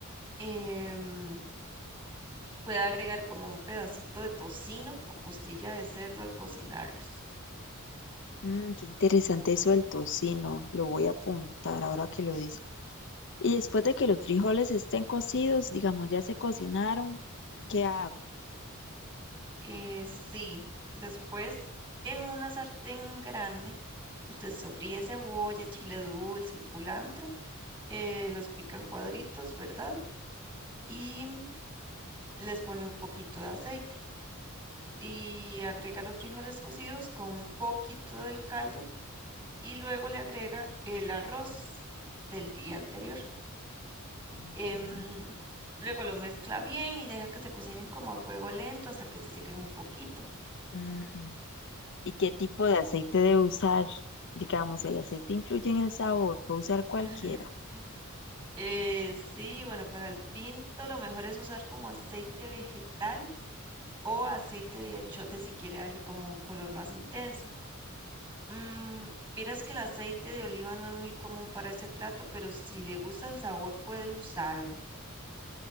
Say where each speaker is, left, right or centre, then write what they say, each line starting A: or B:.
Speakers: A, on the right (about 25°); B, on the left (about 60°).
A: em, puede agregar como un pedacito de tocino o costilla de cerdo al cocinarlos.
B: Mm, qué interesante eso del tocino, lo voy a apuntar ahora que lo dice. Y después de que los frijoles estén cocidos, digamos, ya se cocinaron, ¿qué hago?
A: Eh, sí, después en una sartén grande, usted sofríe cebolla, chile dulce y culantro, eh, los pican cuadritos, ¿verdad? Y les pone un poquito de aceite y agrega los frijoles cocidos con un poquito del caldo y luego le agrega el arroz del día anterior.
B: Okay.
A: Em, luego los mezcla bien y deja que se cocinen como a fuego lento hasta que se sequen un poquito.
B: ujú. ¿Y qué tipo de aceite debo usar? Digamos, el aceite influye en el sabor, puedo usar cualquiera.
A: <laughs> Eh, sí, bueno, para el pinto lo mejor es usar como aceite vegetal o aceite de achiote si quiere darle como un color más intenso. Mm, vieras que el aceite de oliva no es muy común para ese plato, pero si le gusta el sabor puede usarlo.